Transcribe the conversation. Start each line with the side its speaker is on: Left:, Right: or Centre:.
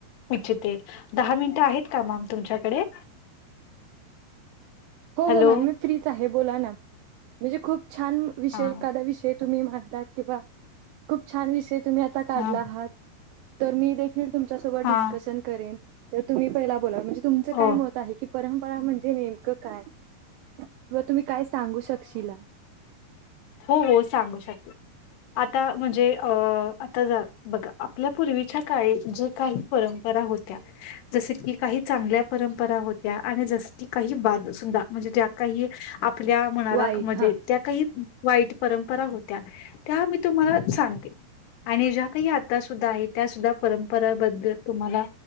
Left: इच्ि <inaudible> त दहा मिनिट आहेत का मॅम तुमच्याकडे?
Right: हो
Left: हॅलो
Right: हो मॅम मी फ्रीच आहे बोला ना म्हणजे खूप छान विषय
Left: हा
Right: एखादा विषय- तुम्ही म्हणतात किंवा खूप छान विषय तुम्ही आता काढला
Left: हा
Right: आहात तर मी फिर तुमच्या सोबत
Left: हा
Right: डिस्कशन करेन तर तुम्ही पहिला बोला म्हणजे तुमचं
Left: हो
Right: काय मत आहे की परंपरा म्हणजे नेमकं काय किंवा तुम्ही काय सांगू शकशीला
Left: हो-हो सांगू शकते. आता म्हणजे अ आता ज बघा आपल्या पूर्वीच्या काळी जे- काही परंपरा होत्या. जस की काही चांगल्या परंपरा होत्या आणि जस की काही बाद सुधा म्हणजे ज्या काही, आपल्या म्हणाला
Right: वाईट
Left: म्हणजे
Right: हा
Left: त्या <inaudible> काही वाईट परंपरा होत्या त्या मी तुम्हाला सांगते. आणि ज्या काही आता सुद्धा आहे त्या सुद्धा परंपराबद्दल तुम्हाला-